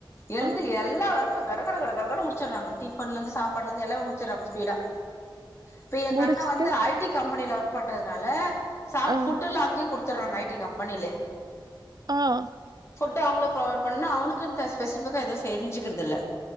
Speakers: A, on the left; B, on the right.
A: எழுந்து
B: ஆ
A: எல் லா வர்க்கு கட கட கட கடனு முடிச்சுருறாங்க டிஃபன்லந்து சாப்பாட்டுலயிருந்து எல்லாமே முடிச்சுடுறாங்க ஸ்பீடா இப்ப எங்க
B: முடிச்சுட்டு
A: அண்ண வந்து ஐடி கம்பெனில ஒர்க் பண்றதுனால சாப்
B: ஆ
A: ஃபுட்டு எல்லா அங்கயே குடுத் துட்றாங்க ஐடி கம்பெனிலயே
B: ஆஹ்
A: ஃபுட் அவங்களே ப்ரொவைட் பண்ணா அவனுக்குன் ஸ்பெசிபிக்கா எதுவும் செஞ்சுக்கிறதுல்ல